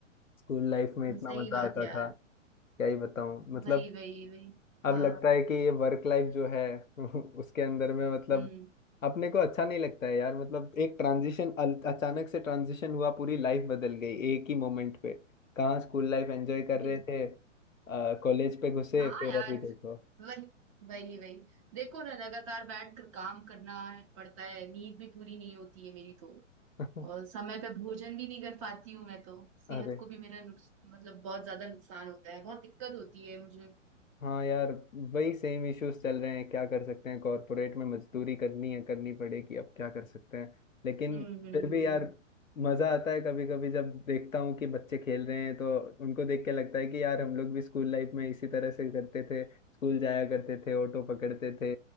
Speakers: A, on the left (about 85°); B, on the right (about 25°).
A: स्कूल लाइफ में
B: हम्म,
A: इतना
B: सही
A: मजा
B: बात
A: आता
B: है यार
A: था क्या ही बताऊं मतलब
B: वही वही वही
A: अब
B: हाँ
A: लगता है कि ये वर्क लाइफ जो है <laughs> उसके अंदर में मतलब
B: हम्म
A: अपने को अच्छा नहीं लगता है यार मतलब एक ट्रांजिशन अचानक से ट्रांजिशन हुआ पूरी लाइफ बदल गई एक ही मोमेंट पे कहाँ स्कूल लाइफ एंजॉय कर
B: बिल्कुल
A: रहे थे कॉलेज पे घुसे
B: हाँ
A: फिर
B: यार
A: अभी देखो
B: वही वही वही देखो ना लगातार बैठ कर काम करना पड़ता है नींद भी पूरी नहीं होती है मेरी तो
A: <laughs>
B: और समय पे भोजन भी नहीं कर पाती हूँ मैं तो सेहत
A: अरे
B: को भी मेरा नुक्स, मतलब बहुत ज्यादा नुकसान होता है बहुत दिक्कत होती है मुझे
A: हाँ यार वही सेम इश्यूज चल रहे हैं क्या कर सकते हैं कॉरपोरेट में मजदूरी करनी है करनी पड़ेगी अब क्या कर सकते हैं लेकिन
B: हम्म हम्म
A: फिर भी
B: हम्म,
A: यार
B: हम्म।
A: मजा आता है कभी कभी जब देखता हूँ कि बच्चे खेल रहे हैं तो उनको देख के लगता है कि यार हम लोग भी स्कूल लाइफ में इसी तरह से करते थे स्कूल जाया करते थे ऑटो पकड़ते थे